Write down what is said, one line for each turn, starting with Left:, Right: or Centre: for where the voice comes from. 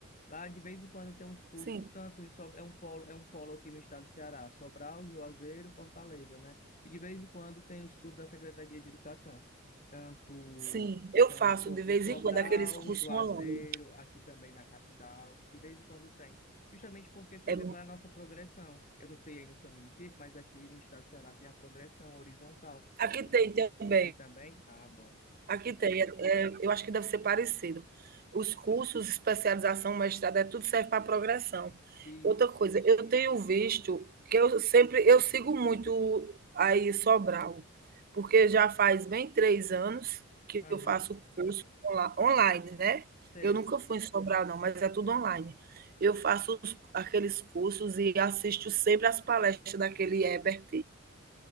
Left: Lá de vez em quando tem uns cursos,
Right: Sim,
Left: tanto em Sob- é um polo, é um polo aqui no estado do Ceará, Sobral, Juazeiro, Fortaleza, né? E de vez em quando tem os cursos da Secretaria de Educação, tanto
Right: sim. Eu
Left: tanto
Right: faço de vez
Left: em Sobral,
Right: em quando aqueles cursos
Left: Juazeiro,
Right: online.
Left: aqui também na capital, de vez em quando tem. Justamente porque serve
Right: É,
Left: para a nossa progressão. Eu não sei aí no seu município, mas aqui no estado do Ceará tem a progressão horizontal.
Right: aqui
Left: Eu-
Right: tem também.
Left: Tem também? Ah, bom.
Right: Aqui tem, é, é, eu acho que deve ser parecido. Os cursos, especialização, mestrado, é tudo serve para progressão.
Left: Isso.
Right: Outra coisa, eu tenho visto que eu sempre eu sigo muito aí Sobral, porque já faz bem três anos que
Left: Aham.
Right: eu faço curso onla- online, né?
Left: Sei.
Right: Eu nunca fui em Sobral, não, mas é tudo online. Eu faço os- aqueles cursos e assisto sempre as palestras daquele Ebert.